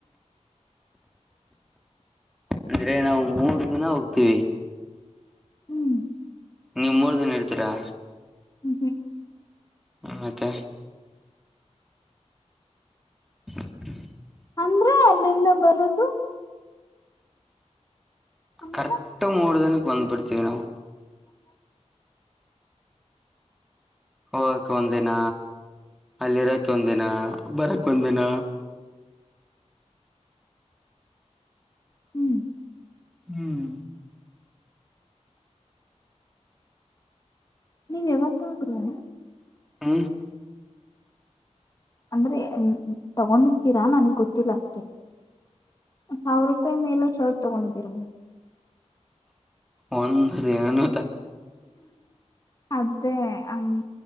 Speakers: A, in the centre; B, on the left (about 30°).
A: ಅಂದ್ರೆ ನಾವು ಮೂರು ದಿನ ಹೋಗ್ತೀವಿ
B: ಹ್ಮ್
A: ನೀವು್ ಮೂರ್ ದನ ಇರ್ತೀರಾ
B: ್ಮ ಹ್ಮ್
A: ಹ್ಮ ಮತ್ತೆ ಹ
B: ಅಂದ್ರೆ ಅಲ್ಲಿಂದ ಬರೋದು ಆಮೇಲೆ
A: ಕರೆಕ್ಟ್ ಮೂಡದನ್ ಬಂದಂದು ಪಡ್ತೀವಿ ನಾವು
B: <inaudible>
A: ಹೋಗಕ್ ಒಂದ ದಿನ ಅಲ್ಲಿರಕ್ ಒಂದ ದಿನ ಬರಕ್ ಒಂದ ದಿನ
B: ಹ್ಮ್
A: ಹ್ಮ್
B: ನೀವ್ ಯಾವತ್ತಾಗರುೂ
A: ಹಾ
B: ಅಂದ್ರೆ ತಗೊಂಡಿರ್ತೀರಾ ನನಗ್ ಗೊತ್ತಿಲ್ಲ ಅಷ್ಟೆ ಸಾವಿರ ರೂಪಾಯಿ ಮೇಲೆ ಶರ್ಟ್ ತಗೊಂಡ ಬೀರು
A: ಒಂದು ನ
B: ಅದೇ ಹ್ಮ್